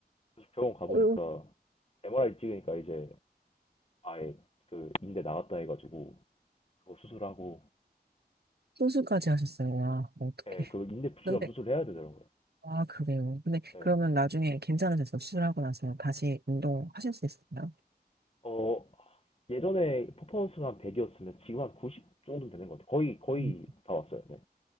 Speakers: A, on the left; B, on the right.
A: 그래서 병원 가보니까
B: 음,
A: MRI 찍으니까 이제 아예 그 인대 나갔다 해가지고 그거 수술하고
B: 수술까지 하셨어요. 와, 어떡해.
A: 예, 그 인대 붙이려면
B: 근데,
A: 수술해야 되더라고요.
B: 아, 그래요. 근데
A: 예.
B: 그러면 나중에 괜찮으셔서 수술하고 나서 다시 운동하실 수 있을까요?
A: 어, 예전에 퍼포먼스가 한 100이었으면 지금 한 90 정도 되는 것 같아요. 거의, 거의
B: 음,
A: 다 왔어요. 네.